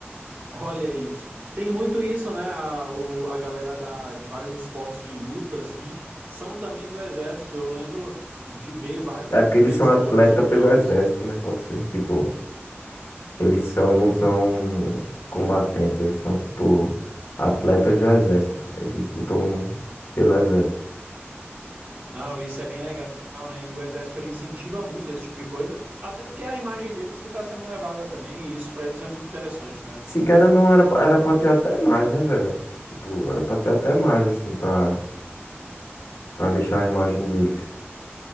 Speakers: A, on the right; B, on the left.
A: Olha isso. Tem muito isso, né? A, o- a galera da, de vários esportes de luta, assim, são também do exército. Eu lembro de ver vários
B: É porque
A: vencedores
B: eles são atleta
A: de prêmios.
B: pelo exército, né? Pode ser. Tipo, eles são, não são combatentes, eles são, tipo, atletas do exército. Eles lutam pelo exército.
A: Não, isso é bem legal, né? E o exército ele incentiva muito esse tipo de coisa, até porque é a imagem deles que está sendo levada também, e isso para eles é muito interessante, né?
B: Sim, cara, não era, pra- era pra ter até mais, né, velho? Tipo, era pra ter até mais, assim, pra, pra deixar a imagem deles.